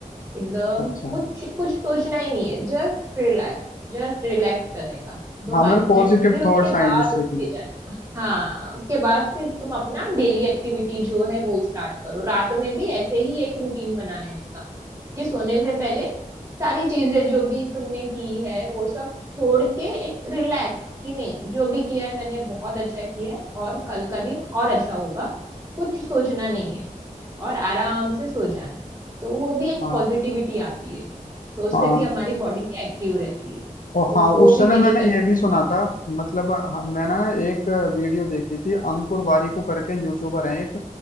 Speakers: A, on the right (about 20°); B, on the left (about 70°).
A: एकदम
B: अच्छा
A: कुछ कुछ सोचना ही नहीं है जस्ट रिलैक्स जस्ट रिलैक्स करने का दो
B: हाँ
A: पांच
B: मतलब
A: मिनट
B: पॉजिटिव
A: फिर उसके
B: थॉट्स आए
A: बाद
B: जिससे
A: उठ
B: कि
A: के जाने का। हाँ उसके बाद फिर तुम अपना डेली एक्टिविटी जो है वो स्टार्ट करो रात में भी ऐसे ही एक रूटीन बना लेने का कि सोने से पहले सारी चीजें जो भी तुमने की है वो सब छोड़ के एक रिलैक्स कि नहीं जो भी किया है मैंने बहुत अच्छा किया है और कल का दिन और अच्छा होगा कुछ सोचना नहीं है और आराम से सो जाना है तो वो भी एक
B: हाँ
A: पॉजिटिविटी आती है तो उससे
B: हाँ
A: भी हमारी बॉडी की एक्टिव रहती है तो
B: और हाँ
A: वो
B: उस
A: भी
B: समय
A: मेरी
B: मैंने
A: एक अच्छी
B: ये भी
A: हैबिट
B: सुना
A: है
B: था मतलब हाँ, मैंने ना एक वीडियो देखी थी अंकुर वारिकू करके यूट्यूबर हैं एक